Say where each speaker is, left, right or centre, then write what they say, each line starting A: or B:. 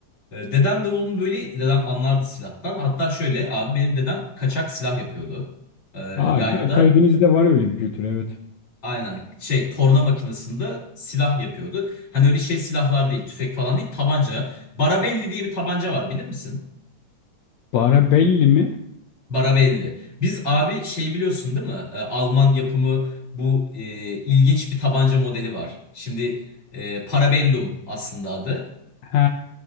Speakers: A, on the left; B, on the left.
A: E, Dedem de oğlum böyle dedem anlardı silahtan. Hatta şöyle abi benim dedem kaçak silah yapıyordu. E,
B: Aa,
A: yaylada
B: Evet. ya Karadeniz'de var öyle bir kültür evet.
A: aynen şey torna makinesinde silah yapıyordu. Hani öyle şey silahlar değil tüfek falan değil tabanca. Barabelli diye bir tabanca var bilir misin?
B: Barabelli mi?
A: Barabelli. Biz abi şey biliyorsun değil mi? E, Alman yapımı bu e, ilginç bir tabanca modeli var. Şimdi e, Parabellum aslında adı.
B: He.